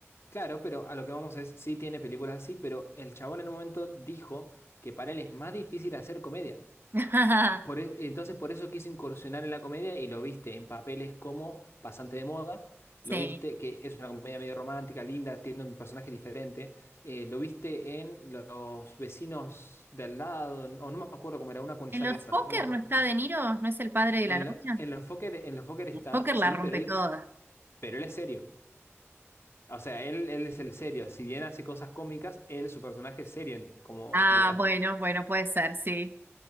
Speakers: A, on the left; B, on the right.
A: claro, pero a lo que vamos es, sí tiene películas así, pero el chabón en un momento dijo que para él es más difícil hacer comedia.
B: <laughs>
A: Por e- entonces por eso quise incursionar en la comedia y lo viste en papeles como Pasante de Moda,
B: Sí.
A: lo viste que es una comedia medio romántica, linda, tiene un personaje diferente, eh, lo viste en Los vecinos de al lado, en- o no me acuerdo cómo era, una con
B: ¿En
A: Zac
B: los
A: Efron,
B: Fokker
A: no me acuerdo
B: no está
A: el nombre.
B: De Niro? ¿No es el padre de
A: En,
B: la novia?
A: la- en Los Fokker, en Los Fokker está,
B: El Joker
A: sí,
B: la rompe
A: pero él,
B: toda.
A: pero él es serio. O sea, él, él es el serio. Si bien hace cosas cómicas, él, su personaje es serio en- como,
B: Ah,
A: como tal.
B: bueno, bueno, puede ser, sí.